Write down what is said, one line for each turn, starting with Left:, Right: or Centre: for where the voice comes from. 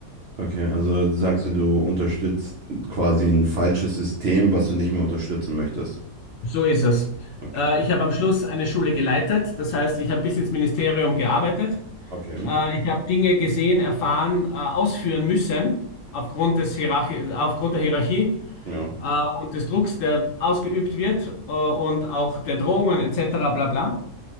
Right: Okay, also sagst du, du unterstützt quasi ein falsches System, was du nicht mehr unterstützen möchtest.
Left: So ist es.
Right: Okay,
Left: Äh, ich habe am Schluss eine Schule geleitet, das heißt, ich habe bis ins Ministerium gearbeitet.
Right: okay,
Left: Äh, ich habe Dinge gesehen, erfahren, äh, ausführen müssen aufgrund des Hierarchi aufgrund der Hierarchie
Right: ja.
Left: äh, und des Drucks, der ausgeübt wird äh, und auch der Drohungen etc. bla bla.